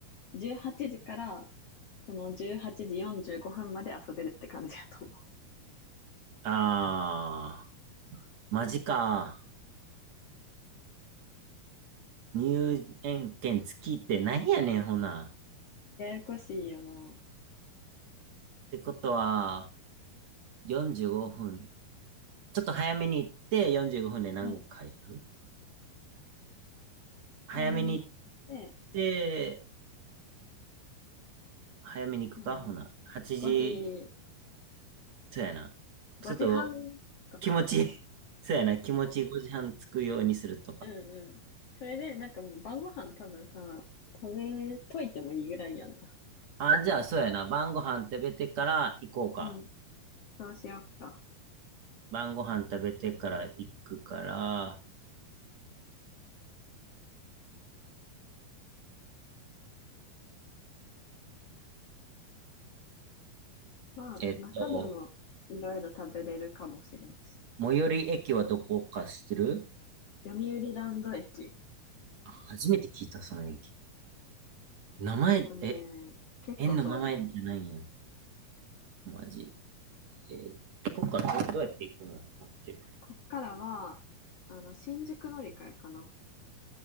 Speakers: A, on the left; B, on the right.
A: 18時から、その18時45分まで遊べるって感じやと思
B: あー、マジか。入園券付きってなんやねん、ほな。
A: う。<laughs> ややこしいよな。
B: ってことは、45分。ちょっと早めに行って45分で何回やる
A: うん。ん
B: 早めに行っ
A: 早めに行って、
B: て、早めに行くかほな。
A: そうね。
B: 8時、
A: 5時、
B: そうやな。
A: 5時半とか
B: ちょっと気持ち、<laughs> そうやな。気持ち5時半着くようにするとか。
A: うんうん。それで、なんかもう晩ご飯多分さ、食べといてもいいぐらいやんな。
B: あ、
A: それなら。
B: じゃあそうやな。晩ご飯食べてから行こうか。
A: うん。そうしよっか。
B: 晩ご飯食べてから行くから、
A: まあ、
B: えっと、
A: 中でもいろいろ食べれるかもしれんし。
B: 最寄り駅はどこか知ってる
A: 読売ランド駅。
B: 初めて聞いた、その駅。名前、
A: えっとね、
B: え、
A: 結構遠い。
B: 園の名前じゃないんや。マジ。えー、こっからど、うやって行くの待って。
A: こっからは、あの、新宿乗り換えかな。